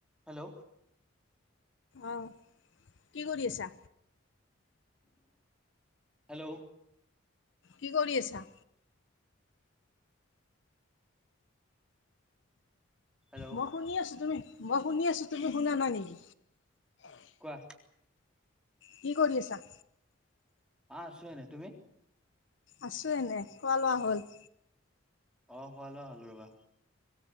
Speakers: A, in the centre; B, on the left (about 60°).
A: Hello?
B: অ', কি কৰি আছা?
A: হেল্ল'?
B: কি কৰি আছা?
A: হেল্ল'?
B: মই শুনি আছোঁ তুমি মই শুনি আছোঁ তুমি শুনা নাই নেকি?
A: কোৱা?
B: কি কৰি আছা?
A: আছো এনে, তুমি?
B: আছোঁ এনে, খোৱা লোৱা হ'ল?
A: অ', খোৱা-লোৱা হ'ল ৰ'বা।